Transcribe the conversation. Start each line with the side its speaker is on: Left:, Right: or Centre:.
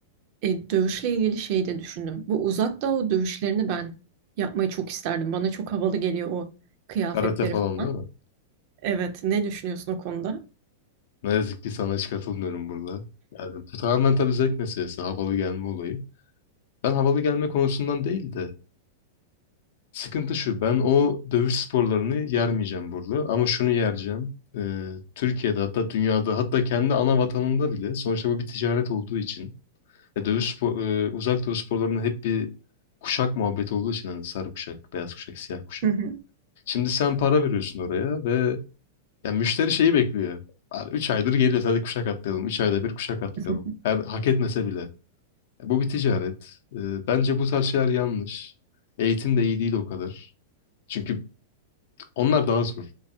Right: e, dövüşle ilgili şey de düşündüm. Bu uzak doğu dövüşlerini ben yapmayı çok isterdim. Bana çok havalı geliyor o kıyafetleri
Left: Karate falan
Right: falan.
Left: değil
Right: Evet, ne düşünüyorsun o konuda?
Left: Ne yazık ki sana hiç katılmıyorum burada. Yani bu tamamen tabii zevk meselesi, havalı gelme olayı. Ben havalı gelme konusundan değil de sıkıntı şu, ben o dövüş sporlarını yermeyeceğim burada ama şunu yereceğim. Ee, Türkiye'de hatta dünyada hatta kendi ana vatanında bile sonuçta bu bir ticaret olduğu için e, dövüş spor, e, uzak dövüş sporlarının hep bir kuşak muhabbeti olduğu için hani sarı kuşak, beyaz kuşak, siyah kuşak.
Right: Hı hı.
Left: Şimdi sen para veriyorsun oraya ve Ya müşteri şeyi bekliyor. 3 aydır geliyor hadi kuşak atlayalım. üç ayda bir kuşak atlayalım.
Right: <laughs>
Left: Her hak etmese bile. E, bu bir ticaret. E, bence bu tarz şeyler yanlış. Eğitim de iyi değil o kadar. Çünkü onlar daha zor